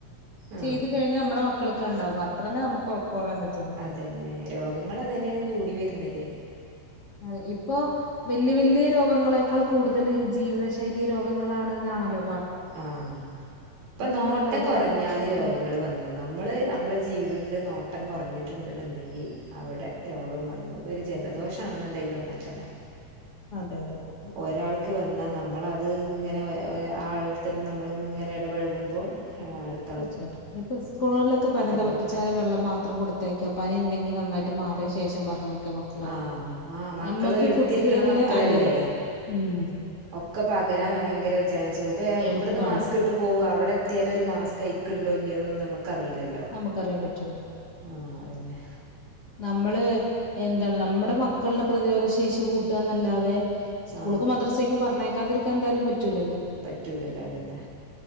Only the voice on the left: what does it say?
ചെയ്ത് കഴിഞ്ഞാ അമ്മടെ മക്കൾക്കാണ്ടാവ അത്രന്നെ നമുക്കൊ ർപ്പയാൻ പറ്റുള്ളൂ.
അഹ് ഇപ്പൊ, വെല്ല്യ വെല്യേ രോഗങ്ങളേക്കാൾ കൂടുതല്, ജീവിതശൈലി രോഗങ്ങളാണ് ന്നാണല്ലോ.
നമ്മൾ കഴിക്കുന്ന
ഭക്ഷണത്തിന്ന്
അതെ അതെ
തീർച്ചയായിട്ടും. ഇപ്പ സ്കൂളുകളിലൊക്കെ പറയും. തിളപ്പിച്ചാറിയ
വെള്ളം മാത് ത്രം കൊടുത്തയക്ക. പനി ണ്ടെങ്കിൽ നന്നായിട്ട് മാറിയ ശേഷം പറഞ്ഞയക്കാ മ ക്കളെ.
ഞമ്മക്ക്
കുട്ടികൾടെ
അതെ.. ഉം..
എളുപ്പാണ്
നമുക്കറിയാൻ പറ്റൂല്ല
നമ്മള്.. എന്താണ് നമ്മടെ മക്കൾടെ പ്രതിരോധ ശേഷി കൂട്ടാന്നല്ലാതെ സ്കൂൾക്കും,
മദ്രസേക്കും, പറഞ്ഞേക്കാതിരിക്കാൻ എന്തായാലും പറ്റൂല്ലല്ലോ.